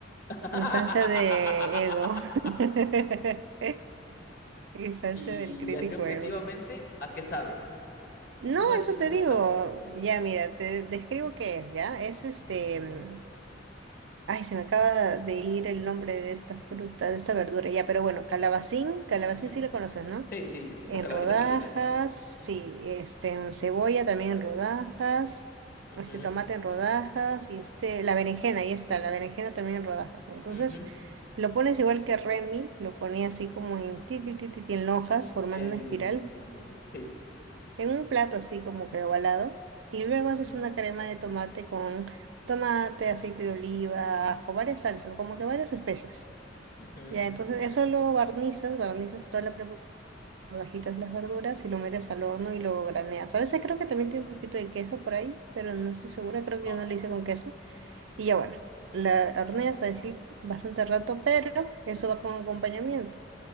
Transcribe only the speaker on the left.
<laughs>
Y
así objetivamente,
¿a qué sabe?
¿Cómo describes
el sabor?
Ujú,
ujú.
Sí, sí,
la calabacita
chiquita.
Ujú,
ujú.
En-
Sí.
Ujú,
ujú.
Ah,